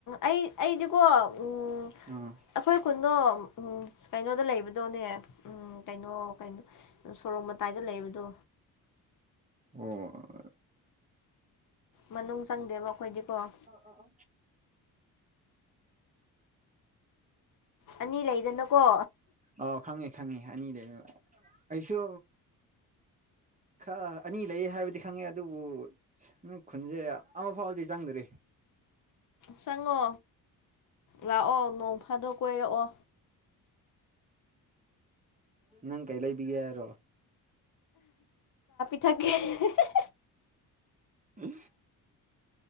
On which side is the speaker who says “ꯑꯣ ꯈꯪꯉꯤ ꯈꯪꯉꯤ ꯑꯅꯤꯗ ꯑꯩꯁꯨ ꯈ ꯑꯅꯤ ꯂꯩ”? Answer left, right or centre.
Right